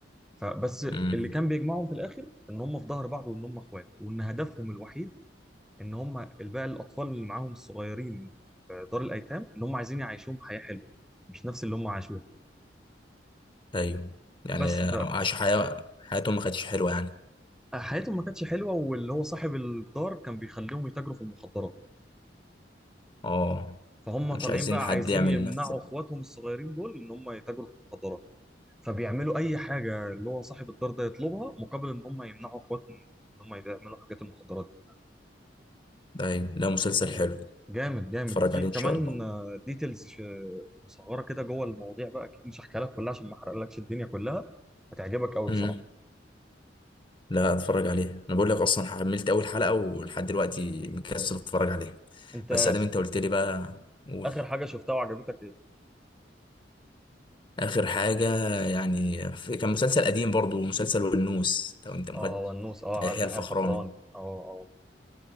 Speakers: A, in the centre; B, on the left.
A: فبس
B: امم
A: اللي كان بيجمعهم في الآخر إن هم في ظهر بعض وإن هم إخوات وإن هدفهم الوحيد إن هم بقى الأطفال اللي معاهم الصغيرين في دار الأيتام إن هم عايزين يعيشوهم حياة حلوة مش نفس اللي هم عاشوه
B: ايوه يعني
A: بس
B: عاشوا حياة حياتهم ما كانتش حلوة يعني
A: حياتهم ما كانتش حلوه واللي هو صاحب الدار كان بيخليهم يتاجروا في المخدرات
B: اه
A: فهم
B: مش
A: طالعين
B: عايزين
A: بقى
B: حد
A: عايزين
B: يعمل
A: يمنعوا
B: نفس ال-
A: اخواتهم الصغيرين دول ان هم يتاجروا في المخدرات فبيعملوا اي حاجه اللي هو صاحب الدار ده يطلبها مقابل ان هم يمنعوا اخواتهم ان هم يعملوا حاجات المخدرات دي
B: ايوه لا مسلسل حلو
A: جامد جامد
B: اتفرج
A: وفي
B: عليه
A: كمان
B: ان شاء الله
A: ديتيلز مصغره كده جوه المواضيع بقى اكيد مش هحكيها لك كلها عشان ما احرقلكش الدنيا كلها هتعجبك قوي
B: امم
A: بصراحه
B: لا اتفرج عليه انا بقول لك اصلا حملت اول حلقة ولحد دلوقتي مكسل اتفرج عليه
A: انت
B: بس ادام انت قلت لي بقى قول
A: اخر حاجه شفتها وعجبتك ايه
B: اخر حاجة يعني في... كان مسلسل قديم برضو مسلسل والنوس لو انت مخد
A: اه ونوس اه
B: بتاع
A: عارف
B: يحيى
A: يحيى
B: الفخراني
A: الفخراني اه اه